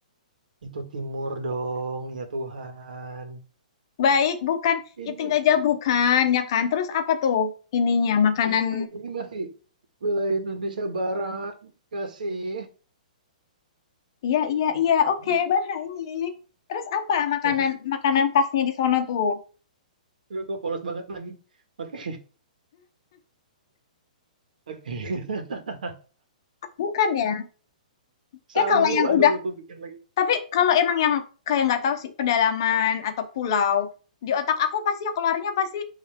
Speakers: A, on the right; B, on the left.
A: itu timur dong ya Tuhan.
B: Baik, bukan.
A: Ini
B: Itu enggak jauh, bukan ya kan? Terus apa tuh ininya makanan?
A: Ini, ma- ini masih wilayah Indonesia Barat, kasih.
B: Iya, iya, iya.
A: <laughs>
B: Oke, baik. Terus apa makanan
A: Jadi,
B: makanan khasnya di sono tuh?
A: gue kok polos banget lagi. Oke, <laughs> oke. <laughs>
B: Bukan ya? Kayak
A: Sagu,
B: kalau yang
A: aduh,
B: udah,
A: aku pikir lagi.
B: tapi kalau emang yang kayak nggak tahu sih pedalaman atau pulau, di otak aku pasti yang keluarnya pasti